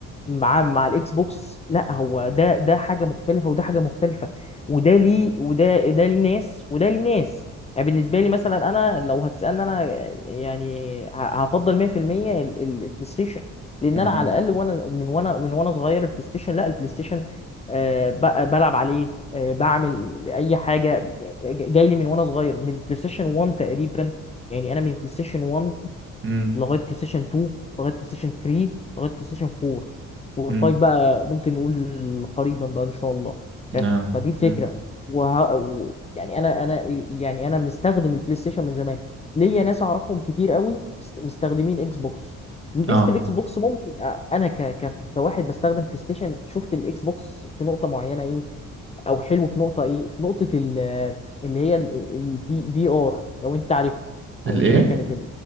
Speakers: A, on the left (about 20°); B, on the right (about 40°).
A: مع مع الاكس بوكس لا هو ده ده حاجه مختلفه وده حاجه مختلفه وده ليه وده ده ليه ناس وده ليه ناس يعني بالنسبه لي مثلا انا لو هتسالني انا يعني ه- هفضل 100% ال- ال- البلاي ستيشن لان انا
B: اه
A: على الاقل وانا من وانا من وانا صغير البلاي ستيشن لا البلاي ستيشن آه، ب- بلعب عليه آه، بعمل اي حاجه جاي لي من وانا صغير من بلاي ستيشن 1 تقريبا يعني انا من بلاي ستيشن 1
B: امم
A: لغايه بلاي ستيشن 2 لغايه بلاي ستيشن 3 لغايه بلاي ستيشن 4 وال5
B: امم
A: بقى ممكن نقول قريبا بقى ان شاء الله فاهم
B: نعم
A: فدي الفكره
B: امم
A: وه... و... يعني انا انا يعني انا مستخدم البلاي ستيشن من زمان ليا ناس اعرفهم كتير قوي مست- مستخدمين اكس بوكس ميزه
B: اه
A: الاكس بوكس ممكن أ- انا ك... ك... كواحد بستخدم بلاي ستيشن شفت الاكس بوكس في نقطه معينه ايه او حلو في نقطه ايه في نقطه ال... اللي هي الفي ار لو انت عارف
B: الايه
A: او اللي هي كانت